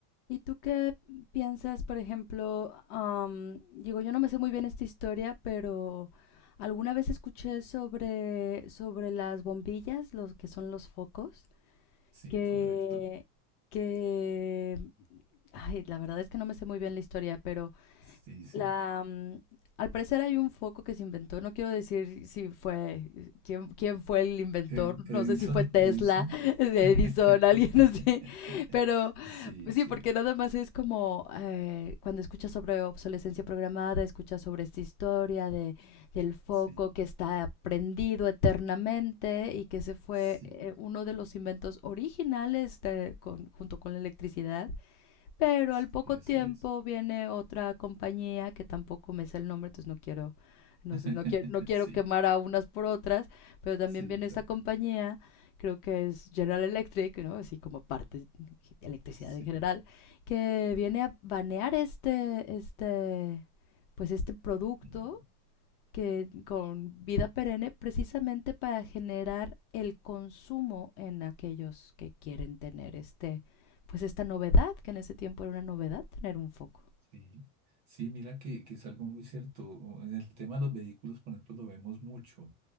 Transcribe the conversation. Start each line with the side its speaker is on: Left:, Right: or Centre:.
Left: ¿Y tú qué piensas, por ejemplo, am, digo, yo no me sé muy bien esta historia, pero alguna vez escuché sobre, sobre las bombillas, los que son los focos,
Right: Sí,
Left: que,
Right: correcto.
Left: que, ay, la verdad es que no me sé muy bien la historia, pero
Right: Sí, sí.
Left: la, mm, al parecer hay un foco que se inventó, no quiero decir si fue, eh, quién, quién fue el inventor,
Right: Eh,
Left: no
Right: Edison,
Left: sé si fue Tesla,
Right: Edison.
Left: <laughs> Edison,
Right: <laughs>
Left: alguien así, pero
Right: Sí,
Left: sí,
Right: sí,
Left: porque nada más es como eh, cuando escuchas sobre obsolescencia programada, escuchas sobre esta historia de, del foco
Right: sí,
Left: que está prendido eternamente y que se fue
Right: sí,
Left: eh, uno de los inventos originales de- con- junto con la electricidad pero
Right: sí,
Left: al poco
Right: así
Left: tiempo
Right: es.
Left: viene otra compañía que tampoco me sé el nombre, entonces no quiero, no
Right: <laughs>
Left: sé, no quiero, no quiero
Right: Sí,
Left: quemar a unas por otras, pero también
Right: sí,
Left: viene
Right: exacto.
Left: esta compañía, creo que es General Electric, ¿no? Así como parte de electricidad
Right: Sí.
Left: en general, que viene a banear este, este, pues este producto
Right: Ujú.
Left: que con vida perenne precisamente para generar el consumo en aquellos que quieren tener este pues esta novedad que en ese tiempo era una novedad tener un foco.
Right: Sí, sí, mira que, que es algo muy cierto. O En el tema de los vehículos, por ejemplo, lo vemos mucho.